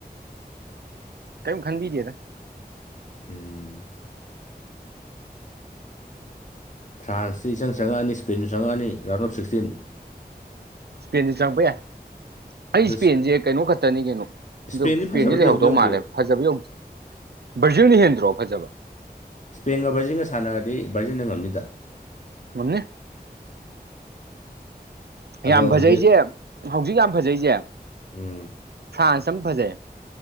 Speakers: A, on the right (about 80°); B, on the left (about 50°).
A: ꯀꯔꯤꯝ ꯈꯟꯕꯤꯗꯦꯗ
B: ꯍꯝ ꯐ꯭ꯔꯥꯟꯁꯇ ꯏꯁꯆꯪ ꯆꯪꯉꯑꯅꯤ ꯏꯁꯄꯦꯟꯗ ꯆꯪꯉꯑꯅꯤ ꯔꯥꯎꯟ ꯑꯣꯐ ꯁꯤꯛꯁꯇꯤꯟ
A: ꯁꯄꯦꯦꯟ ꯆꯪꯄ ꯌꯥ ꯑꯩ
B: ꯑꯗ
A: ꯏꯁꯄꯦꯟꯁꯦ ꯀꯩꯅꯣ ꯈꯛꯇꯅꯤ ꯀꯩꯅꯣ
B: ꯏꯁꯄꯦꯟꯗꯤ
A: ꯑ ꯏꯁꯄꯦꯟꯁꯦ
B: ꯐꯖꯕꯗꯤ
A: ꯂꯩꯍꯧꯗꯧ
B: ꯌꯧꯗꯤ ꯌꯧꯗꯦ
A: ꯃꯥꯜꯂꯦ ꯐꯖꯕ ꯌꯧꯗ꯭ꯦ ꯕꯔꯖꯔꯅ ꯍꯦꯟꯗ꯭ꯔꯣ ꯐꯖꯕ
B: ꯁ꯭ꯄꯦꯟꯒ ꯕꯔꯖꯤꯟꯒ ꯁꯥꯟꯅꯔꯗꯤ ꯕꯔꯖꯤꯜꯅ ꯉꯝꯅꯤꯗ
A: ꯃꯅꯤ
B: ꯑꯗꯣ
A: ꯌꯥꯝ ꯐꯖꯩꯁꯦ
B: ꯍꯧꯖꯤꯛ
A: ꯍꯧꯖꯤꯛ ꯌꯥꯝ ꯐꯖꯩꯁꯦ
B: ꯎꯝ
A: ꯐ꯭ꯔꯥꯟꯁ ꯁ ꯐꯖꯦ